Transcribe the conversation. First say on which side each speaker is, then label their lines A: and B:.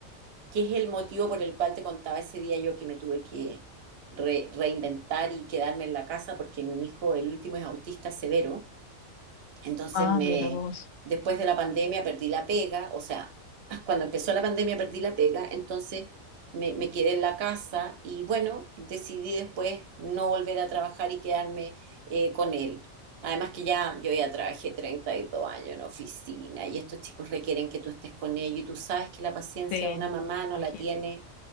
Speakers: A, on the right; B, on the left.
A: que es el motivo por el cual te contaba ese día yo que me tuve que re- reinventar y quedarme en la casa porque mi hijo, el último, es autista severo. Entonces
B: Ah,
A: me,
B: mira vos.
A: después de la pandemia perdí la pega, o sea, <laughs> cuando empezó la pandemia perdí la pega, entonces me, me quedé en la casa y bueno, decidí después no volver a trabajar y quedarme eh, con él. Además que ya yo ya trabajé 32 años en oficina y estos chicos requieren que tú estés con ellos y tú sabes que la paciencia
B: Sí,
A: de una mamá no
B: imagino.
A: la tiene